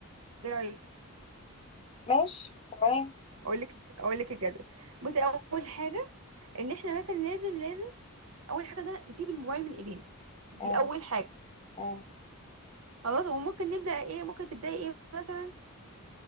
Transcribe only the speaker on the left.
ماشي تمام
مم.
مم.